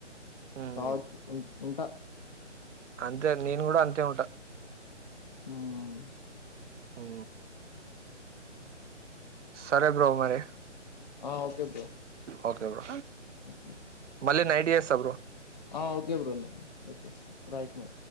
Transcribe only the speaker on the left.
కావచ్చు ఉ ఉంటా
ఉమ్
ఆ okay bro
okay
ఆ okay bro okay right now